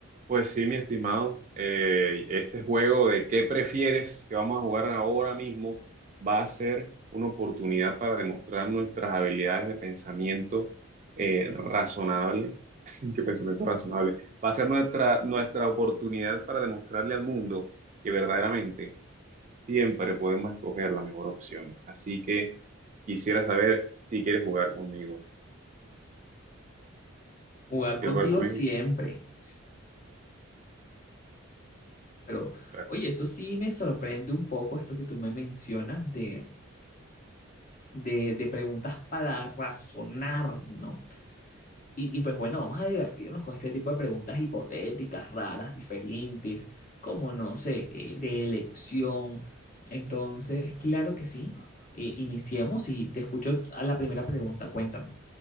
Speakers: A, on the right; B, on the left.
A: Pues sí, mi estimado, eh, este juego de qué prefieres que vamos a jugar ahora mismo va a ser una oportunidad para demostrar nuestras habilidades de pensamiento eh, razonable. <laughs> ¿Qué pensamiento razonable? Va a ser nuestra, nuestra oportunidad para demostrarle al mundo que verdaderamente siempre podemos escoger la mejor opción. Así que quisiera saber si quieres jugar conmigo.
B: Jugar
A: ¿Quieres
B: contigo
A: jugar conmigo?
B: siempre, sí, pero
A: Perfecto.
B: oye, esto sí me sorprende un poco, esto que tú me mencionas de, de, de preguntas para razonar, ¿no? Y, y pues bueno, vamos a divertirnos con este tipo de preguntas hipotéticas, raras, diferentes, como no sé, eh, de elección. Entonces, claro que sí, eh, iniciemos y te escucho a la primera pregunta, cuéntame.